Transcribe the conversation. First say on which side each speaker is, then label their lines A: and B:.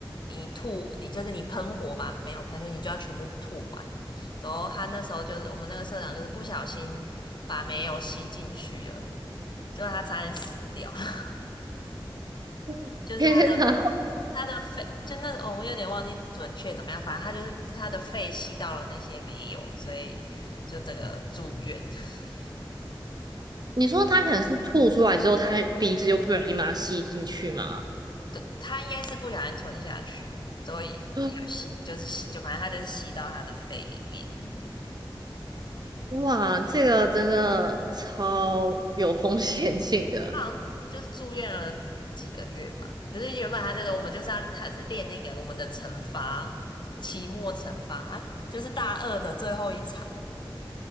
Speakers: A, on the left; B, on the right.
A: 你吐，你就是你喷火把没有喷出去，你就要全部吐完。之后他那时候就是我们那个社长就是不小心把煤油吸进去了，就他差点死掉。<laughs>
B: <laughs>
A: 就是他的
B: 天哪！
A: 他的肺，就那哦，我有点忘记准确怎么样，反正他就是他的肺吸到了那些没有，所以就整个住院。<laughs>
B: 你说他可能是吐出来之后，他鼻子又不小心把它吸进去吗？
A: 对，他应该是不小心吞下去，所以也有吸，
B: <gasps>
A: 就是吸，就反正他就是吸到他的肺里面了。
B: 哇，这个真的超有风险性的。
A: 他好像就是住院了几个月吧。可是原本他就是我们就是要他是练那个我们的惩罚，期末惩罚，哎，就是大二的最后一场，